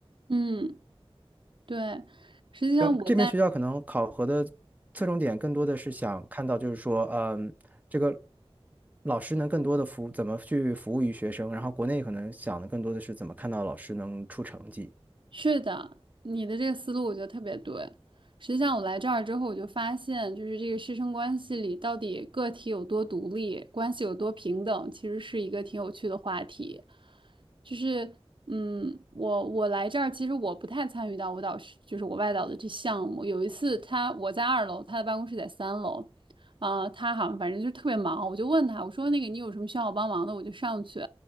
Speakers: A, on the right (about 55°); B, on the right (about 15°).
A: 嗯，对。实际上我在
B: 要这边学校可能考核的侧重点更多的是想看到，就是说，嗯，这个老师能更多的服怎么去服务于学生，然后国内可能想的更多的是怎么看到老师能出成绩，
A: 是的，你的这个思路我觉得特别对。实际上，我来这儿之后，我就发现，就是这个师生关系里到底个体有多独立，关系有多平等，其实是一个挺有趣的话题。就是，嗯，我我来这儿，其实我不太参与到舞蹈师，就是我外导的这项目。有一次他，我在二楼，他的办公室在三楼，啊、他好像反正就是特别忙，我就问他，我说那个你有什么需要我帮忙的，我就上去。